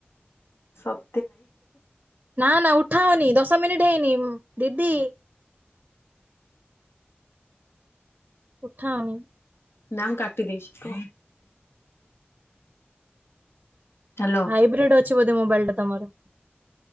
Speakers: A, on the left; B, on the right.
A: ସତ
B: ନା ନା ଉଠାଅନି ଦଶ ମିନିଟ୍ ଟ ହେଇନି ମଁ ଦିଦି ଉଠାଅନି।
A: ନା ମୁଁ କାଟି ଦେଇଛି କୁହ। ହ୍ୟାଲୋ
B: ଭାଇବ୍ରେଟ ଅ ଛି ବୋଧେ ମୋବାଇଲଟା ତମର?